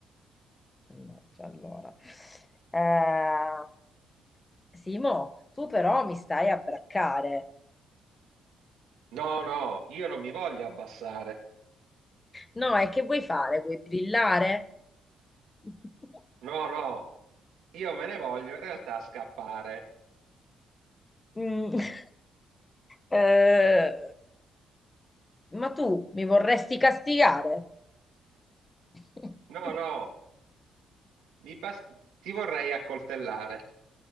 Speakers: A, on the left; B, on the right.
A: Mannaggia, Allora, Eh, Simo, tu però mi stai a braccare.
B: No, no, io non mi voglio abbassare.
A: No, e che vuoi fare? Vuoi brillare? <laughs>
B: No, no, io me ne voglio in realtà scappare.
A: Mm. <laughs> Eh, ma tu mi vorresti castigare? <laughs>
B: No, no, mi bas- ti vorrei accoltellare.